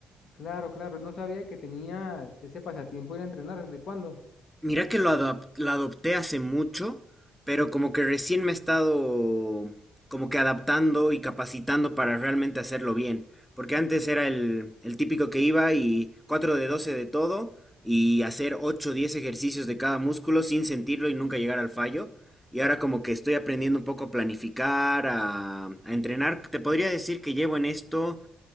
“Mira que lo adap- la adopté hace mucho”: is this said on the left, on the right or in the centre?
Centre